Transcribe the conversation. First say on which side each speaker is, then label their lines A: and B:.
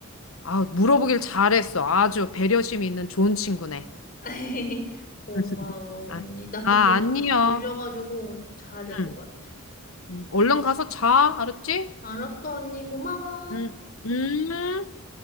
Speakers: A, on the left; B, on the left.
A: 아, 물어보길 잘했어. 아주 배려심 있는 좋은 친구네.
B: <laughs> 고마워,
A: <laughs> 아,
B: 언니. 나
A: 아,
B: 근데 너무
A: 아니요.
B: 졸려가지고 좀 자야 될 것
A: 응.
B: 같아.
A: 응. 얼른 가서 자. 알았지?
B: 알았어, 언니. 고마워.
A: 응. 음.